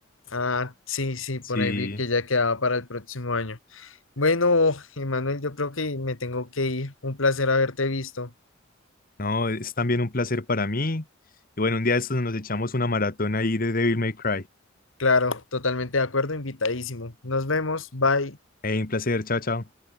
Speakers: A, on the left; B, on the left.
A: Ah, sí, sí,
B: Sí,
A: por ahí vi que ya quedaba para el próximo año. Bueno, Emanuel, yo creo que me tengo que ir. Un placer haberte visto.
B: no, es también un placer para mí. Y bueno, un día de estos nos echamos una maratón ahí de Devil May Cry.
A: Claro, totalmente de acuerdo, invitadísimo. Nos vemos, bye.
B: Hey, un placer, chao, chao.